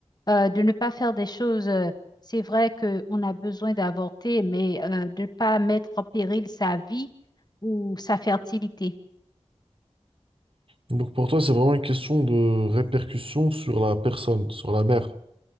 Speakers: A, on the left; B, on the right.
A: euh, de ne pas faire des choses. euh, c'est vrai qu'on a besoin d'avorter, mais euh, de ne pas mettre en péril sa vie ou sa fertilité.
B: Donc pour toi, c'est vraiment une question de répercussion sur la personne, sur la mère.